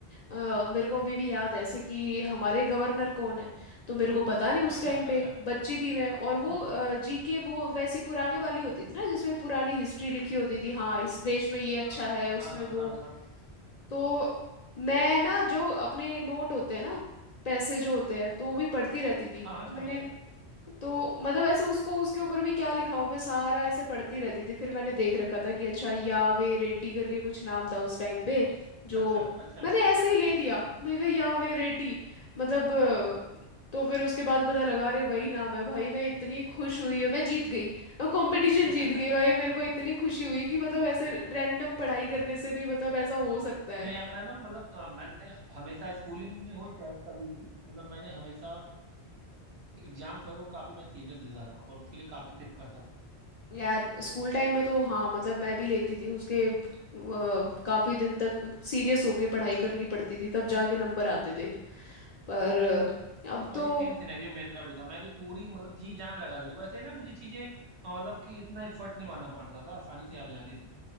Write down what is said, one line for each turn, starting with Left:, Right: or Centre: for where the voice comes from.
Left: अ, मेरे को अभी भी याद है ऐसे कि हमारे गवर्नर कौन है तो मेरे को पता नहीं उस
Right: अच्छा
Left: टाइम पे
Right: अच्छा
Left: बच्ची थी मैं और वो
Right: हम्म,
Left: जीके वो वैसी पुराने वाली होती थी ना जिसमें पुरानी हिस्ट्री लिखी होती थी हाँ इस देश में ये अच्छा
Right: हाँ
Left: है उसमें
Right: हाँ हाँ
Left: वो
Right: हाँ हाँ
Left: तो मैं ना जो अपने नोट होते हैं ना पैसे जो होते हैं तो वो भी पढ़ती रहती थी
Right: हाँ
Left: तो
Right: हाँ समझ
Left: मैंने
Right: गया
Left: तो मतलब ऐसे उसको उसके ऊपर भी क्या लिखा हुआ मैं सारा ऐसे पढ़ती रहती थी फिर मैंने देख रखा था कि अच्छा यावे रेड्डी करके कुछ नाम था उस टाइम पे जो
Right: अच्छा अच्छा
Left: मैंने ऐसे ही ले दिया मैं कहा यावे रेड्डी मतलब अ, तो फिर उसके बाद पता लगा अरे वही नाम है भाई मैं इतनी खुश हुई और मैं जीत गई मैं कंपटीशन
Right: <laughs>
Left: जीत गई भाई मेरे को इतनी खुशी हुई कि मतलब ऐसे रैंडम पढ़ाई करने से भी मतलब ऐसा हो सकता है
Right: नहीं यार मैं ना मतलब अ, मैंने हमेशा स्कूलिंग में हो चाहे कभी भी मतलब मैंने हमेशा एग्जाम सर को काफी मैं सीरियस लेता था और उसके लिए काफी प्रेप करता था
Left: यार स्कूल टाइम में तो हाँ मतलब मैं भी लेती थी उसके अ, काफी दिन तक सीरियस होके पढ़ाई करनी पड़ती थी तब जाके नंबर आते थे पर अ, अब
Right: वही
Left: तो
Right: सेम सिनेरियो मेरा भी था मैं भी पूरी मतलब जी जान लगा देता वैसे ना मुझे चीजें अ, मतलब कि इतना एफर्ट नहीं मानना पड़ता था आसानी से याद हो जाती थी